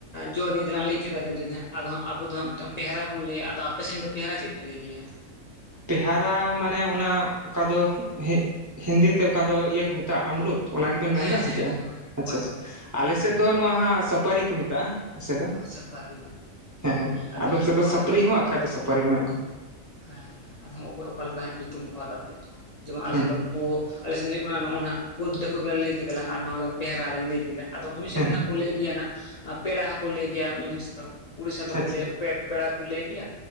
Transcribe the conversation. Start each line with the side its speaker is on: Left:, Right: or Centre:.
Left: ᱡᱚ ᱱᱤᱭᱟᱹ ᱛᱮᱞᱟᱝ ᱞᱟᱹᱭ ᱠᱮᱫᱟ <unintelligible> ᱟᱫᱚ ᱦᱟᱸᱜ ᱟᱵᱚ ᱫᱚ ᱦᱟᱸᱜ ᱢᱤᱫᱴᱟᱝ ᱯᱮᱭᱟᱨᱟ ᱵᱚᱱ ᱞᱟᱹᱭᱟ ᱟᱫᱚ ᱟᱯᱮ ᱥᱮᱱ ᱫᱚ ᱯᱮᱭᱟᱨᱟ ᱪᱮᱫ ᱯᱮ ᱞᱟᱹᱭ ᱜᱮᱭᱟ?
Right: ᱛᱮᱦᱟᱨᱟ ᱢᱟᱱᱮ ᱚᱱᱟ ᱚᱠᱟ ᱫᱚ ᱦᱤᱜ ᱦᱤᱱᱫᱤ ᱛᱮ ᱚᱠᱟ ᱫᱚ ᱤᱭᱟᱹ ᱠᱚ ᱢᱮᱛᱟᱜᱼᱟ ᱟᱢᱨᱩᱯ ᱚᱱᱟ ᱜᱮᱵᱮᱱ
Left: ᱦᱮᱸ
Right: ᱢᱮᱱ ᱫᱟ ᱥᱮ
Left: ᱦᱮᱸ
Right: ᱪᱮᱫ
Left: ᱦᱮᱸ ᱦᱳᱭ
Right: ᱟᱪᱪᱷᱟ
Left: ᱦᱳᱭ
Right: ᱟᱪᱷᱟ
Left: ᱦᱳᱭ
Right: ᱟᱞᱮᱥᱮᱫ ᱫᱚ ᱱᱚᱣᱟ ᱦᱟᱸᱜ ᱥᱟᱹᱯᱟᱹᱨᱤ ᱠᱚ ᱢᱮᱛᱟᱜᱼᱟ ᱦᱮᱸ ᱥᱮ ᱫᱚ
Left: ᱥᱟᱯᱟᱨᱤ ᱵᱟᱝ
Right: ᱦᱮᱸ ᱦᱮᱸ
Left: ᱟᱫᱚ
Right: ᱟᱫᱚᱢ
Left: ᱱᱟᱦᱟᱜ
Right: ᱥᱮᱜ ᱫᱚ ᱥᱟᱹᱯᱨᱤ ᱦᱚᱸ ᱟᱠᱷᱟᱡ ᱫᱚ ᱥᱟᱯᱟᱨᱤ ᱚᱱᱮ ᱚᱝᱠᱟ᱾
Left: ᱦᱮᱸ ᱦᱮᱸ ᱟᱫᱚ ᱚᱠᱚᱭ ᱚᱠᱟ ᱞᱮᱠᱟ ᱡᱟᱸᱜᱟ ᱧᱩᱛᱩᱢ ᱠᱟᱹᱣ ᱫᱟ ᱯᱮ ᱡᱮᱢᱚᱱ ᱟᱞᱮ
Right: ᱦᱮᱸ
Left: ᱥᱮᱱ
Right: ᱦᱮᱸ
Left: ᱫᱚ ᱯᱳ ᱟᱞᱮ ᱥᱮᱱ ᱫᱚ ᱦᱩᱭᱳᱜ ᱠᱟᱱᱟ ᱱᱚᱜᱼᱚᱭ ᱱᱟᱦ ᱠᱩᱫ ᱰᱟᱹᱠᱣᱟᱹ ᱵᱮᱞᱮ ᱞᱟᱹᱭ ᱠᱮᱫᱟᱞᱟᱝ ᱟᱨ ᱱᱚᱣᱟ ᱫᱚ ᱯᱮᱭᱟᱨᱟ ᱞᱟᱝ ᱞᱟᱹᱭ ᱠᱮᱫᱟ ᱟᱫᱚ ᱢᱤᱢᱤ ᱥᱮᱜ
Right: ᱦᱮᱸ
Left: ᱫᱚ ᱱᱟᱜ
Right: ᱦᱮᱸ
Left: ᱠᱚ ᱞᱟᱹᱭ ᱜᱮᱭᱟ ᱱᱟᱜ ᱟ ᱯᱮᱲᱟ ᱦᱚᱸᱠᱚ ᱞᱟᱹᱭ ᱜᱮᱭᱟ <unintelligible> ᱩᱲᱤᱥᱥᱟ ᱫᱚᱠᱚ
Right: ᱟᱪᱪᱷᱟ
Left: ᱞᱟᱹᱭᱼᱟ
Right: ᱟᱪᱪᱷᱟ
Left: ᱯᱮ ᱯᱮᱲᱟ ᱠᱩ ᱞᱟᱹᱭ ᱜᱮᱭᱟ